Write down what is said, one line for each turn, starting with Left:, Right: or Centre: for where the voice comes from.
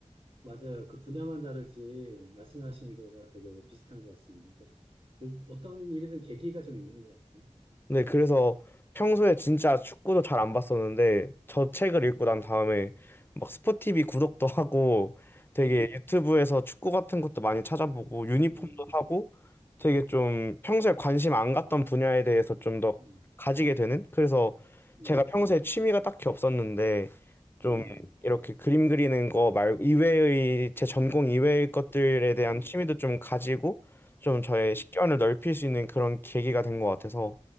Right: 맞아요. 그 분야만 다르지, 말씀하신 거가 되게 비슷한 것 같습니다. 그, 그 어떤 일이든 계기가 좀 있는 것 같아요.
Left: 네, 그래서 평소에 진짜 축구도 잘 안 봤었는데 저 책을
Right: 음,
Left: 읽고 난 다음에 막 스포티비 구독도 하고 되게
Right: 음,
Left: 유튜브에서 축구 같은 것도 많이 찾아보고 유니폼도
Right: 음,
Left: 사고 되게 좀 평소에 관심 안 갔던 분야에 대해서 좀 더
Right: 음,
Left: 가지게 되는 그래서
Right: 음,
Left: 제가 평소에 취미가 딱히 없었는데 좀
Right: 음,
Left: 이렇게 그림 그리는 거 말 이외의 제 전공 이외의 것들에 대한
Right: 음,
Left: 취미도 좀 가지고 좀 저의
Right: 음,
Left: 식견을
Right: 음.
Left: 넓힐 수 있는 그런 계기가 된 것 같아서